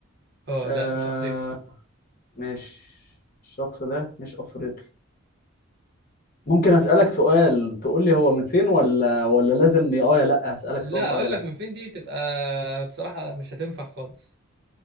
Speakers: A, on the right; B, on the left.
A: اه
B: آه
A: لا مش افريقي
B: ماشي الشخص ده مش أفريقي ممكن أسألك سؤال تقول لي هو من فين ولا ولا لازم يا آه يا لأ هسألك
A: لا
B: سؤال آه
A: اقول
B: يا لأ
A: لك من فين دي تبقى بصراحة مش هتنفع خالص